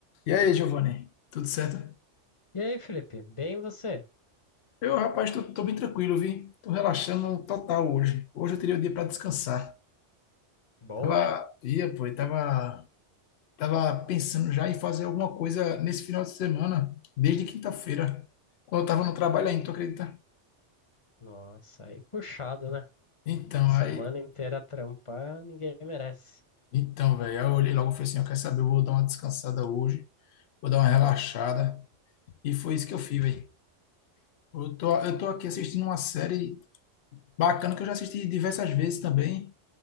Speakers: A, on the left; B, on the left.
A: E aí, Giovanni? Tudo certo?
B: E aí, Felipe? Bem você?
A: Eu, rapaz, tô, tô bem tranquilo, vi. Tô relaxando total hoje. Hoje eu teria o dia para descansar.
B: Bom,
A: Tava,
B: né?
A: ia, pô, e tava, tava pensando já em fazer alguma coisa nesse final de semana, desde quinta-feira, quando eu tava no trabalho ainda, tu acredita?
B: Nossa, aí puxado, né?
A: Então,
B: Semana
A: aí,
B: inteira trampar, ninguém merece.
A: então, velho, aí eu olhei logo e falei assim, eu quero saber, eu vou dar uma descansada hoje, vou dar uma relaxada. E foi isso que eu fiz, velho. Eu tô, eu tô aqui assistindo uma série bacana que eu já assisti diversas vezes também.